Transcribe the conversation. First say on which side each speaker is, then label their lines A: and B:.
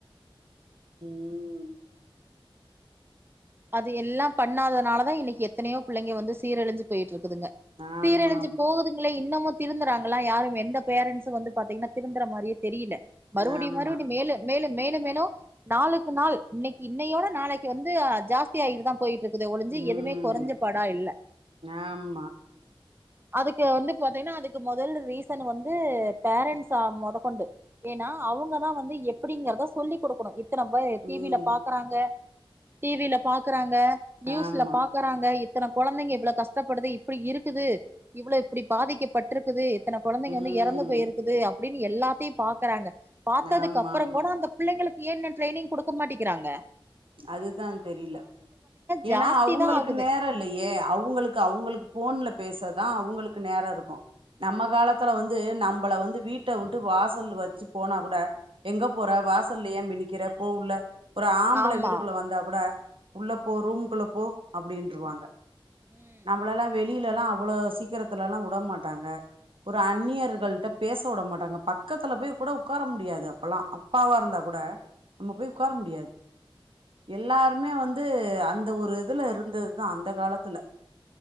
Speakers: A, on the right; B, on the right.
A: ம்
B: அது எல்லா பண்ணாதனால தா இன்னைக்கு எத்தனையோ பிள்ளைங்க வந்து சீரழிஞ்சு போய்ட்ருக் குதுங்க
A: ஆமா
B: சீரழிஞ்சு போகுதுங்ளே இன்னமு திருந்துறாங்களா யாரும் எந்த பேரன்ட்சு வந்து பாத்தீங்கனா திருந்தற மாரியே தெரியல மறுவடியு
A: ஆமா
B: மறுவடியு மேலு மேலு மேலு மேலு நாளுக்கு நாள் இன்னைக்கு இன்னையோட நாளைக்கு வந்து ஜாஸ்தியாயிட்டுதா போயிட்ருக்குதே ஒளிஞ்சு
A: உம்
B: எதுமே கொறைஞ்ச பாடா இல்ல
A: ஆமா
B: அதுக்கு வந்து பாத்திங்னா அதுக்கு மொதல் ரீசன் வந்து பேரண்ட்ஸ் அ மொதக்கொண்டு ஏன்னா அவங்கதா வந்து எப்படிங்கறத சொல்லி குடுக்கணு எத்தன பேர் டி
A: ம்
B: வி ல பாக்கறாங்க டி வி ல பாக்கறாங் க நியூஸ்ல
A: ஆமா
B: பாக்கறாங்க இத்தன கொழந்தைங்க இவ்வள கஷ்டப்படுது இப்படி இருக்குது இவ்வள இப்படி பாதிக்கப்பட்ருக்குது இத்தன கொழந்தைங்க
A: ம் ஆமா ம்
B: வந்து எறந்து போயிருக்குது அப் படின்னு எல்லாத்தையு பாக்கறாங்க பாத்ததுக்கு
A: ஆமா
B: அப்பறங்கோட
A: ஆமா
B: அந்த பிள்ளைங்களுக்கு ஏ இன்னோ ட்ரைனிங் குடுக்க மாட்டங்கிறாங்க
A: அதுதான் தெரியும் இ
B: ஜாஸ்தி
A: ஏன்னா அவங்களுக்கு
B: தா ஆகுது
A: நேரம் இல்லையே அவங்களுக்கு அவங்களுக்கு போன்ல பேச தான் அவங்களுக்கு நேரம் இருக்கு நம்ம காலத்துல வந்து நம்மளை வந்து வீட்டை விட்டு வாசல் வச்சு போனா கூட எங்க போற வாசல்ல ஏன் மினிக்கிற போ உள்ள ஒரு ஆ புள்ள
B: ஆமா
A: வீட்டுக்குள்ள வந்தா கூட உள்ள போ ரூமுக்குள்ள போ அப்படின்னுருவாங்க
B: ம்
A: நம்மளெல்லாம் வெளிய வல எல்லாம் அவ்வள சீக்கிரத்துலல்லாம் விட மாட்டாங்க ஒரு அந்நியர்கள்ட்ட பேச விட மாட்டாங்க பக்கத்துல போய் கூட உட்கார முடியாது அப்பலாம் அப்பாவா இருந்தா கூட நம்ம போய் உக்கார
B: ம்
A: முடியாது எல்லாருமே வந்து அந்த ஒரு இதுல இருந்ததுதான் அந்த காலத்துல